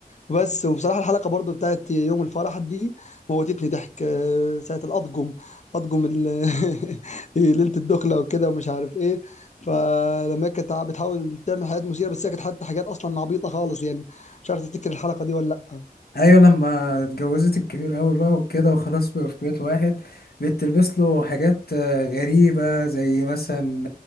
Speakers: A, on the left (about 45°); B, on the left (about 75°).
A: بس وبصراحه الحلقه برضو بتاعت يوم الفرح دي موتتني ضحك آه، ساعه الاطقم اطقم ال- <laughs> ليله الدخله وكده ومش عارف ايه فلما هي كانت بتحاول تعمل حاجات مثيره بس هي كانت حتى حاجات اصلا عبيطه خالص يعني مش عارف تفتكر الحلقه دي ولا لا
B: ايوه لما اتجوزت الكبير قوي بقى وكده وخلاص بقى في بيت واحد بتلبس له حاجات آه، غريبة زي مثلا